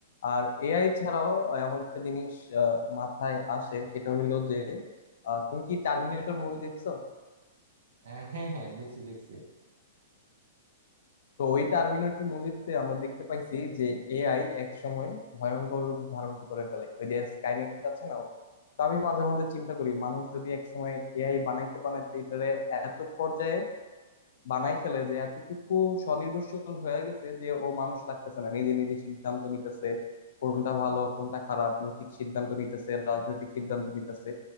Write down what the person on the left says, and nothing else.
আর এআই ছাড়াও আমার একটা জিনিস আহ, মাথায় আসে সেটা হইলো যে আহ, তুমি কি টার্মিনেটর মুভি দেখছো
তো ওই টার্মিনেটর মুভিতে আমরা দেখতে পাইছি যে এআই এক সময় ভয়ঙ্কর রূপ ধারণ করে ফেলে ওই যে স্কাইনেট আছে না ও। তো আমি মাঝে মধ্যে চিন্তা করি মানুষ যদি এক সময় এআই বানাইতে বানাইতে এটারে এত পর্যায়ে বানাই ফেলে যে এতটুকু স্বনির্ভরশীল হয়ে গেছে যে ও মানুষ লাগতেছে না নিজে নিজে সিদ্ধান্ত নিতেছে কোনটা ভালো কোনটা খারাপ নৈতিক সিদ্ধান্ত নিতেছে রাজনৈতিক সিদ্ধান্ত নিতেছে